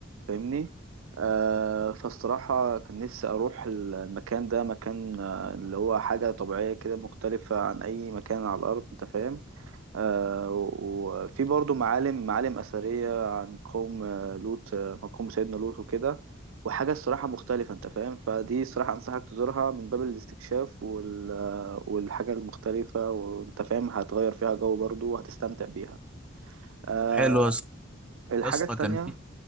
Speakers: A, on the right (about 80°); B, in the centre.
A: فاهمني آه فالصراحة كان نفسي أروح المكان ده مكان آه اللي هو حاجة طبيعية كده مختلفة عن أي مكان على الأرض أنت فاهم آه وفي برضو معالم معالم أثرية عن قوم آه، لوط آه، قوم سيدنا لوط وكده وحاجة الصراحة مختلفة أنت فاهم فدي الصراحة أنصحك تزورها من باب الاستكشاف وال... آه، والحاجة المختلفة وأنت فاهم هتغير فيها جو برضو وهتستمتع بيها آه
B: طب حلو يا اسطى
A: الحاجة
B: يا اسطى
A: التانية
B: كان في